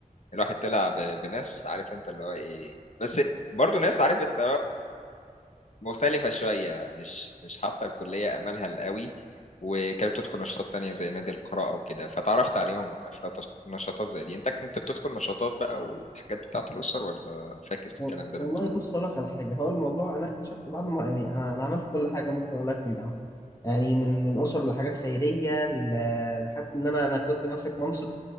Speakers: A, on the left; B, on the left.
A: الواحد طلع ب- بناس عارف انت اللي هو ايه بس برضو ناس عارف انت اللي هو مختلفه شويه مش مش حاطه الكليه املها قوي وكانت بتدخل نشاطات تانية زي نادي القراءة وكده فتعرفت عليهم في نطش- نشاطات زي دي انت كنت بتدخل نشاطات بقى والحاجات بتاعة الأسر ولا فاكس
B: و-
A: الكلام ده
B: والله
A: بالنسبة
B: بص
A: لك؟
B: اقول لك على حاجه هو الموضوع انا اكتشفت بعد ما يعني انا انا عملت كل حاجه ممكن اقول لك في الجامعه يعني من من اسر لحاجات خيريه ل- لحد ان انا انا كنت ماسك منصب